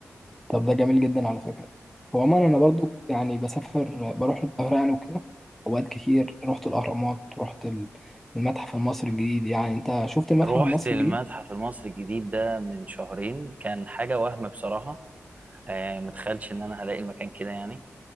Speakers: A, in the centre; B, on the right (about 30°).
A: طب ده جميل جدا على فكرة هو عموما أنا برضو يعني بسافر بروح القاهرة يعني وكده أوقات كتير رحت الأهرامات رحت ال- المتحف المصري الجديد يعني أنت شفت المتحف
B: روحت
A: المصري
B: المتحف
A: الجديد؟
B: المصري الجديد ده من شهرين كان حاجة وهم بصراحة آه متخيلش ان انا هلاقي المكان كده يعني